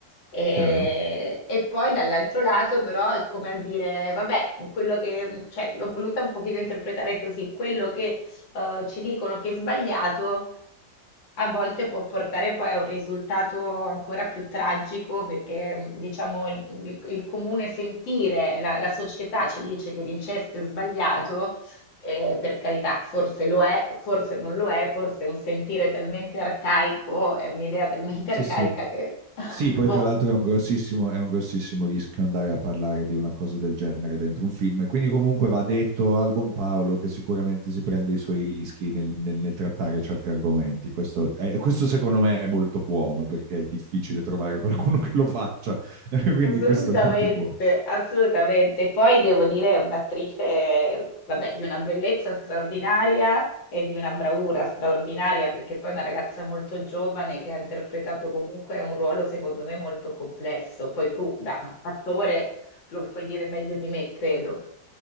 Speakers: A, on the left; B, on the right.
A: E,
B: chiaro?
A: e poi dall'altro lato, però, è come a dire: vabbè, quello che, mm, cioè, l'ho voluta un pochino interpretare così, quello che eh, ci dicono che è sbagliato, a volte può portare poi a un risultato ancora più tragico, perché mh, diciamo il, il- il comune sentire, la, la società ci dice che l'incesto è sbagliato, eh, per carità, forse lo è, forse non lo è, forse è un sentire talmente arcaico, è un'idea talmente
B: Sì,
A: arcaica
B: sì,
A: che, <laughs>
B: Sì,
A: boh,
B: poi tra l'altro è un grossissimo, è un grossissimo rischio andare a parlare di una cosa del genere dentro un film, quindi comunque va detto al buon Paolo che sicuramente si prende i suoi rischi nel, nel- nel trattare certi argomenti. Questo, è- questo secondo me è molto buono perché è difficile trovare qualcuno che lo faccia, <laughs> quindi
A: assolutamente,
B: questo è molto buono.
A: assolutamente. Poi devo dire, è un'attrice, vabbè, di una bellezza straordinaria e di una bravura straordinaria, perché poi è una ragazza molto giovane che ha interpretato comunque un ruolo, secondo me, molto complesso. Poi tu, da attore, lo puoi dire meglio di me, credo.